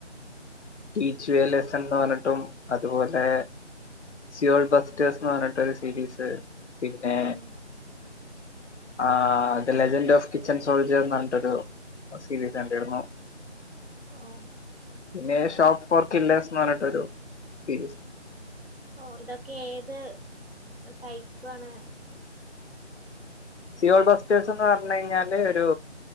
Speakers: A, on the left; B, on the right.
A: ടീച്ച് യൂ എ ലെസ്സൺ എന്ന് പറഞ്ഞിട്ടും അതുപോലെ സിയോൾ ബെസ്റ്റേഴ്സ് എന്ന് പറഞ്ഞിട്ട് ഒരു സീരീസ് പിന്നെ
B: ഉം
A: ആഹ് the legend of kitchen soldier എന്ന് പറഞ്ഞിട്ടൊരു സീരീസ് കണ്ടിരുന്നു.
B: ഓഹ്
A: നേഷ് ടോപ്പ് ഫോർ കില്ലേഴ്സ് എന്ന് പറഞ്ഞിട്ടൊരു സീരീസ്
B: ഓഹ് ഇതൊക്കെ ഏത് ടൈപ്പ് ആണ്?
A: സിയോൾ ബസ്റ്റേഴ്സ് എന്ന് പറഞ്ഞു കഴിഞ്ഞാല് ഒരു